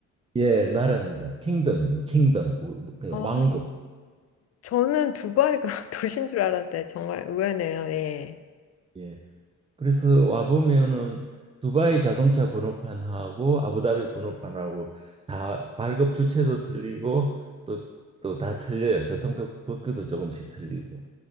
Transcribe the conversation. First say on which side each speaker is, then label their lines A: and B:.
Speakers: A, on the right; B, on the left.
A: 예 나라입니다. 킹덤입니다. 킹덤 우- 그
B: 아,
A: 왕국.
B: 저는 두바이가 <laughs> 도시인 줄 알았는데 정말 의외네요. 예.
A: 예. 그래서 와 보면은 두바이 자동차 번호판하고 아부다비 번호판하고 다 발급 주체도 틀리고 또 또 다 틀려요. 교통법규도 조금씩 틀리고.